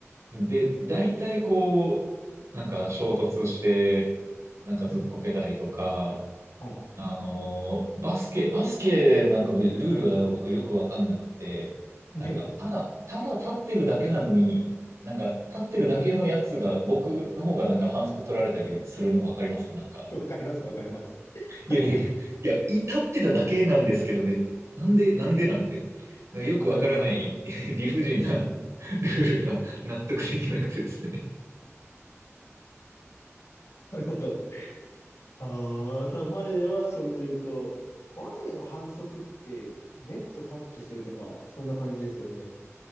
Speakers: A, on the right; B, on the left.
A: で、大体こう、なんか衝突して、なんかずっこけたりとか、
B: <laughs> はい。
A: あのーバスケ、バスケなんかもルールは僕よくわかんなくて、
B: はい。
A: なんか、ただ、ただ立ってるだけなのに、なんか、立ってるだけのやつが、僕の方がなんか反則取られたりするのわかりますなんか、
B: わかります、わかります。<laughs>
A: いやいやいや、いや、い立ってただけなんですけどね、なんで、なんでなんて、なんかよくわからない
B: はいはいはい。
A: <laughs> 理不尽な <laughs> ルールが納得できなくてですね
B: なるほど。ああ、ただバレエはそれで言うと、バレエの反則ってネットタッチするとか、そんな感じですよね。